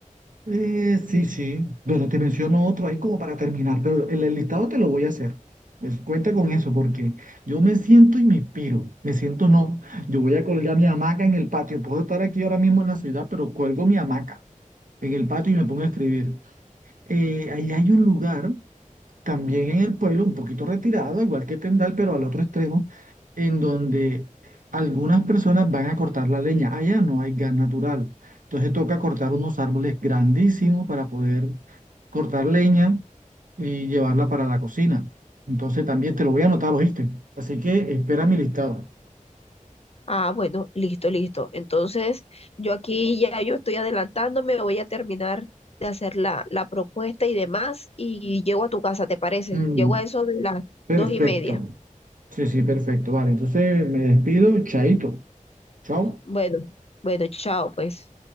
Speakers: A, on the right (about 75°); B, on the left (about 50°).
A: Eh, sí, sí. Bueno, te menciono otro ahí como para terminar, pero el, el listado te lo voy a hacer. Pues cuenta con eso, porque yo me siento y me inspiro. Me siento no. Yo voy a colgar mi hamaca en el patio. Puedo estar aquí ahora mismo en la ciudad, pero cuelgo mi hamaca en el patio y me pongo a escribir. Eh, ahí hay un lugar también en el pueblo, un poquito retirado, igual que Tendal, pero al otro extremo, en donde algunas personas van a cortar la leña. Allá no hay gas natural. Entonces toca cortar unos árboles grandísimos para poder cortar leña y llevarla para la cocina. Entonces también te lo voy a anotar, ¿oíste? Así que espera mi listado.
B: Ah, bueno, listo, listo. Entonces, yo aquí ya yo estoy adelantándome, voy a terminar de hacer la, la propuesta y demás y llego a tu casa, ¿te parece?
A: Mm,
B: Llego a eso de las
A: perfecto.
B: dos y media.
A: Sí, sí, perfecto. Vale, entonces me despido. Chaito. Chao.
B: Bueno, bueno, chao, pues.